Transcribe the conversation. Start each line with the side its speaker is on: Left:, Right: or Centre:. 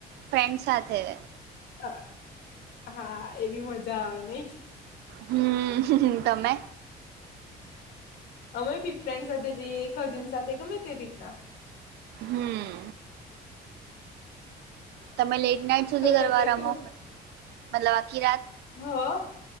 Right: ફ્રેન્ડ સાથે
Left: હ હા એવી મજા આવે ને
Right: હમ તમે
Left: અમે બી ફ્રેન્ડ સાથે જઈએ કઝિન સાથે કેમે તે રીતના
Right: હમ તમે લેટ નાઈટ સુધી
Left: તમને
Right: ગરબા
Left: અત્યારે
Right: રમો મતલબ આખી રાત
Left: હ હ